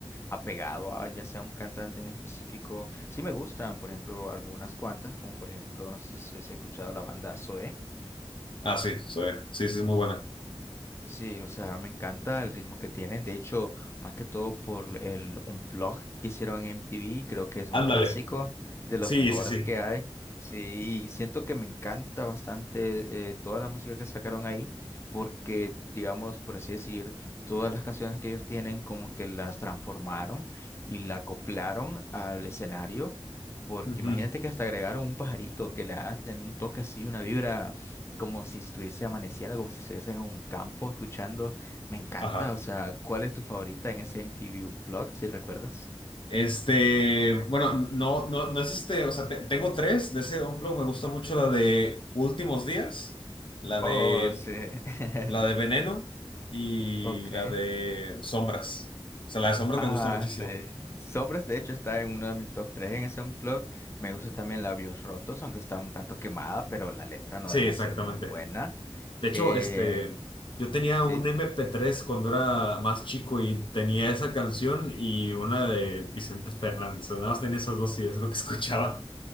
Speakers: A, on the left; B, on the left.
A: apegado a ya sea un cantante en específico. Sí me gustan, por ejemplo, algunas cuantas, como por ejemplo, no sé si has escuchado la banda Zoé.
B: Ah, sí, soy, sí, sí, es muy buena.
A: Sí, o sea, me encanta el ritmo que tienen. De hecho, más que todo por el Unplugged que hicieron en MTV, creo que es un
B: Ándale.
A: clásico de los
B: Sí,
A: mejores
B: sí, sí.
A: que hay. Sí, y siento que me encanta bastante eh, toda la música que sacaron ahí, porque, digamos, por así decir, todas las canciones que ellos tienen como que las transformaron y la acoplaron al escenario. Porque
B: Ujú.
A: imagínate que hasta agregaron un pajarito que le da un toque así, una vibra como si estuviese amaneciendo, como si estuviese en un campo escuchando. Me encanta,
B: Ajá.
A: o sea, ¿cuál es tu favorita en ese MTV blog, si recuerdas?
B: Este, bueno, no, no, no es este, o sea, te- tengo tres de ese Unplugged, me gusta mucho la de Últimos Días, la
A: Oh,
B: de,
A: sí. <laughs>
B: la de Veneno y
A: Ok.
B: la de Sombras. O sea, la de Sombras
A: Ah,
B: me gusta muchísimo.
A: sí. Sombras, de hecho, está en uno de mis top 3 en ese unplug. Me gusta también Labios Rotos, aunque está un tanto quemada, pero la letra no
B: Sí,
A: deja
B: exactamente.
A: de ser muy buena.
B: De hecho,
A: Eh,
B: este, yo tenía
A: sí.
B: un mp tres cuando era más chico y tenía esa canción y una de Vicente Fernández. O sea, nada más tenía esos dos y es lo que escuchaba.